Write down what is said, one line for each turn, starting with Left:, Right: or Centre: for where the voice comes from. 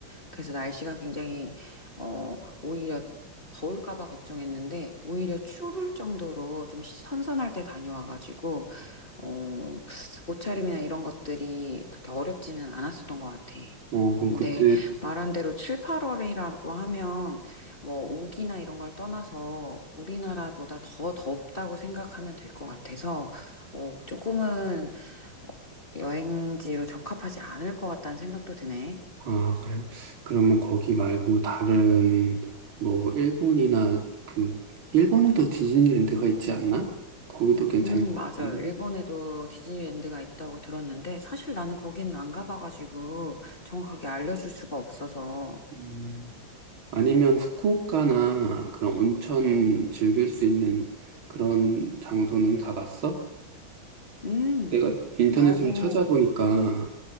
Left: 그래서 날씨가 굉장히 어 오히려 더울까 봐 걱정했는데 오히려 추울 정도로 좀 시- 선선할 때 다녀와가지고 어 옷차림이나 이런 것들이 그렇게 어렵지는 않았었던 것 같아.
Right: 어, 그럼
Left: 근데
Right: 그때
Left: 말한 대로 7, 8월이라고 하면 뭐 우기나 이런 걸 떠나서 우리나라보다 더 덥다고 생각하면 될 것 같아서 어 조금은 어, 여행지로 적합하지 않을 것 같다는 생각도 드네.
Right: 아, 그래? 그러면 거기 말고 다른, 뭐, 일본이나 그, 일본에도 디즈니랜드가 있지 않나? 거기도 괜찮을
Left: 음,
Right: 것
Left: 맞아요.
Right: 같은데.
Left: 일본에도 디즈니랜드가 있다고 들었는데, 사실 나는 거기는 안 가봐가지고, 정확하게 알려줄 수가 없어서.
Right: 음, 아니면 후쿠오카나 그런 온천 즐길 수 있는 그런 장소는 가봤어?
Left: 음,
Right: 내가 인터넷으로
Left: 나는,
Right: 찾아보니까